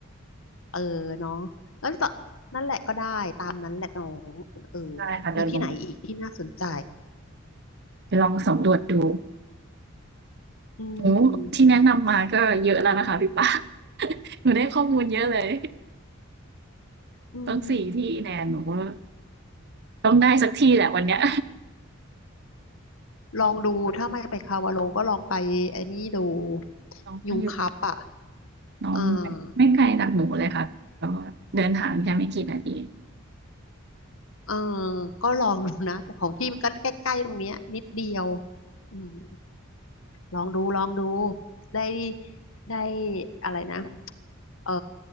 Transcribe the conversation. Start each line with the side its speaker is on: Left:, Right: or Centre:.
Left: เออเนาะแล้วตอนนั่นแหละก็ได้ตามนั้นแหละน้องเออ
Right: ได้ค่ะเดี๋ยวหนู
Left: มีที่ไหนอีกที่น่าสนใจ
Right: ไปลองสำรวจดู
Left: อืม
Right: โอ้โฮที่แนะนำมาก็เยอะแล้วนะคะพี่ปา <laughs> หนูได้ข้อมูลเยอะเลย
Left: อืม
Right: ต้องสี่ที่แน่หนูว่าต้องได้สักที่แหละวันเนี้ย
Left: ลองดูถ้าไม่ไปคาวาโลก็ลองไปไอ้นี่ดู
Right: <laughs> น้องก็อยู่
Left: ยูคัพอ่ะ
Right: น้องไม่ไม่ไกลจากหนูเลยค่ะก็
Left: อ่า
Right: เดินทางแค่ไม่กี่นาที
Left: เอ่าก็ลองดูนะแต่ของพี่มันก็ใกล้ๆตรงเนี้ยนิดเดียวอืม ลองดูลองดูได้ได้อะไรนะเอ่อ